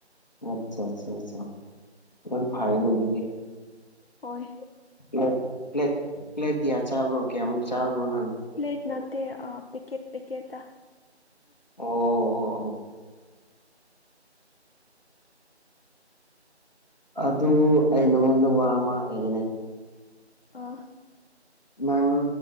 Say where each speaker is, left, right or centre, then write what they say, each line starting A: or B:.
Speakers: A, on the left; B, on the left.
A: ꯑꯆꯥ ꯑꯆꯥ ꯌꯥꯝ ꯐꯩꯅꯦ ꯑꯗꯨꯗꯤ
B: ꯍꯣꯢ
A: ꯄ꯭ꯂꯦꯠ ꯄ꯭ꯂꯦꯠ ꯄ꯭ꯂꯦꯠ ꯀꯌꯥ ꯆꯥꯕ꯭ꯔꯣ ꯀꯌꯥꯃꯨꯛ ꯆꯥꯕ꯭ꯔꯣ ꯅꯪ
B: ꯄ꯭ꯂꯦꯠ ꯅꯠꯇꯦ ꯑꯥ ꯄꯤꯀꯦꯠ ꯄꯤꯀꯦꯠꯇ
A: ꯑꯣ ꯑꯣ ꯑꯣ ꯑꯗꯨ ꯑꯩ ꯅꯪꯉꯣꯟꯗ ꯋꯥ ꯑꯃ ꯍꯥꯏꯒꯦꯅꯦ
B: ꯑꯥ
A: ꯅꯪ